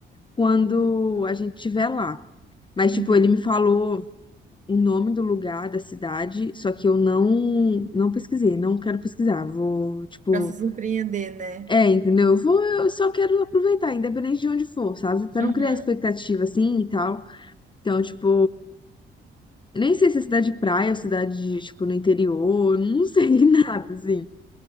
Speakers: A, on the left; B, on the right.
A: quando a gente estiver lá. Mas,
B: Uhum.
A: tipo, ele me falou. o nome do lugar, da cidade, só que eu não não pesquisei, não quero pesquisar. Vou, tipo,
B: Para se surpreender, né?
A: é, entendeu? Eu vou, eu só quero aproveitar, independente de onde for, sabe? Pra
B: Uhum.
A: não criar expectativa assim e tal. Então, tipo, eu nem sei se é cidade de praia ou cidade de, tipo, no interior, não sei <laughs> nada assim.